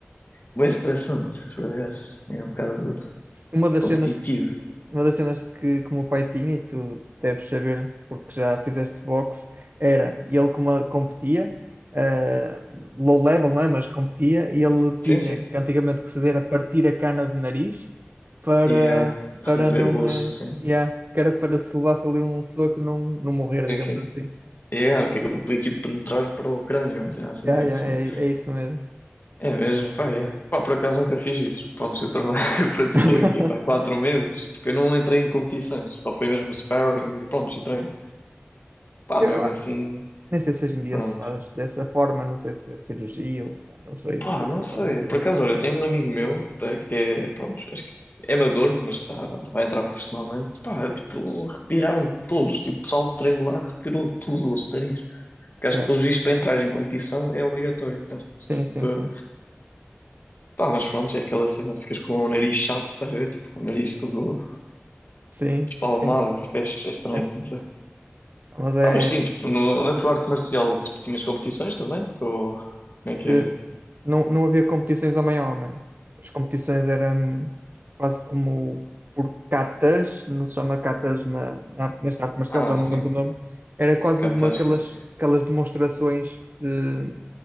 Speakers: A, on the left; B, on the right.
A: bué estressante, por acaso. é um bocado
B: Uma das
A: competitivo.
B: cenas. uma das cenas que, que o meu pai tinha, e tu deves saber porque já fizeste boxe, era ele como competia, eh, low level, não é? Mas competia, e ele tinha
A: Sim, sim.
B: que antigamente que se dera partir a cana de nariz para,
A: E eh,
B: para
A: remover
B: não.
A: o osso,
B: eh,
A: sim.
B: yeah, que era para se levasse ali um soco não, não morrer,
A: Sim,
B: digamos
A: sim.
B: assim.
A: É, porque aquilo podia tipo penetrar para o crânio, mas é assim,
B: Yeah,
A: penso.
B: yeah, é, é isso mesmo.
A: É mesmo, pá, é. Pá, por acaso nunca fiz isso. Pá, no setor, <laughs> eu pratiquei
B: <laughs>
A: o quê? Pá, quatro meses. Tipo, eu não entrei em competições, só foi mesmo sparrings e pronto, e treino. Pá,
B: Eu,
A: mesmo
B: ah,
A: assim,
B: nem sei se hoje em dia
A: pronto.
B: se faz dessa forma, não sei se é cirurgia, ou, pá, não sei,
A: Pá,
B: não sei
A: não
B: por
A: sei.
B: acaso, não sei
A: Por
B: como
A: acaso,
B: é que se faz.
A: olha, tenho um amigo meu, tá, que é, pronto, acho que é amador, mas está, vai entrar profissionalmente. Pá, tipo, retiraram todos. Tipo, o pessoal de treino lá retirou tudo, o nariz. Porque acho
B: Yeah.
A: que, pelos vistos, para entrar em competição é obrigatório, penso
B: Sim, sim,
A: eu.
B: sim.
A: Pá, mas pronto, é aquela cena, ficas com o nariz chato, estás a ver? Tipo, o nariz todo
B: Sim,
A: Palmadas,
B: sim.
A: pés, é estranho,
B: é.
A: não sei.
B: Mas é.
A: Ah, mas sim, tipo, no, na tua arte marcial, tipo, tinhas competições também? Ou como é que
B: eh,
A: era?
B: Não, não havia competições homem a homem. As competições eram quase como por catas, não se chama catas na, na, arte- nesta arte marcial,
A: Ah,
B: já não
A: sim,
B: lembro o nome. Era quase
A: catás,
B: uma aquelas,
A: sim.
B: aquelas demonstrações de-